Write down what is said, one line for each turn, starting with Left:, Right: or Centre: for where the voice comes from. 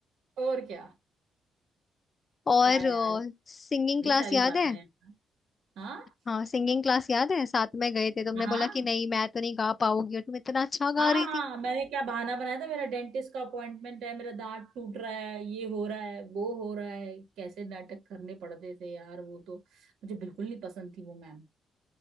Right: और क्या
Left: और
Right: क्या यार
Left: सिंगिंग
Right: बड़ी
Left: क्लास
Right: सारी
Left: याद
Right: बातें
Left: है
Right: हैं हाँ
Left: हाँ सिंगिंग क्लास याद है साथ में गए थे तुमने
Right: हाँ
Left: बोला कि नहीं मैं तो नहीं गा पाऊंगी और तुम इतना अच्छा गा
Right: हाँ
Left: रही
Right: हाँ
Left: थी
Right: मैंने क्या बहाना बनाया था मेरा डेंटिस्ट का अपॉइंटमेंट है मेरा दांत टूट रहा है ये हो रहा है वो हो रहा है कैसे नाटक करने पड़ते थे यार वो तो मुझे बिल्कुल नहीं पसंद थी वो मैम